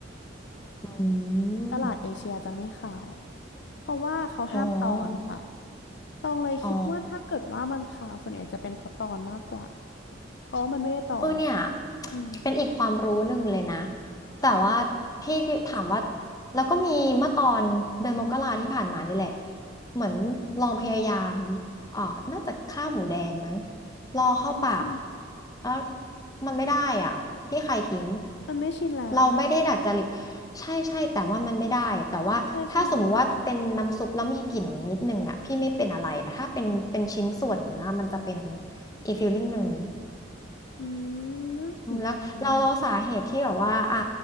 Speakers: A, on the left; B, on the left.
A: อื
B: ตลาดเอเชียจะไม่ขาว
A: ม
B: เพราะว่าเขาห้ามตอนค่ะ
A: อ๋อ
B: ตองเลยคิดว่าถ้าเกิดว่ามันขาวส่วนใหญ่จะเป็นเพราะตอนมากกว่า
A: อ๋อ
B: เพราะว่ามันไม่ได้ตอน
A: เออเนี่ย
B: อืม
A: เป็นอีกความรู้หนึ่งเลยนะแต่ว่าพี่ถามว่า
B: อืม
A: แล้วก็มีเมื่อตอนเดือนมกราที่ผ่านมานี่แหละเหมือนลองพยายามเอ่อน่าจะข้าวหมูแดงมั้งรอเข้าปาก
B: อืม
A: แล้วมันไม่ได้อ่ะพี่ใครทิ้ง
B: มันไม่ชินแล้ว
A: เราไม่ได้ดัดจริตใช่ใช่แต่ว่ามันไม่ได้แต่ว่าถ้าสมมุติว่าเป็นน้ำซุปแล้วมีกลิ่นนิดนึงอ่ะพี่ไม่เป็นอะไรแต่ถ้าเป็นเป็นชิ้นส่วนเนื้อมันจะเป็น
B: ใช่ใช่ใช่
A: อีกฟีลลิ่งหนึ่ง
B: อืมน่าสนใจนะคะ
A: อืมแล้วเราเราสาเหตุที่แบบว่าอ่ะ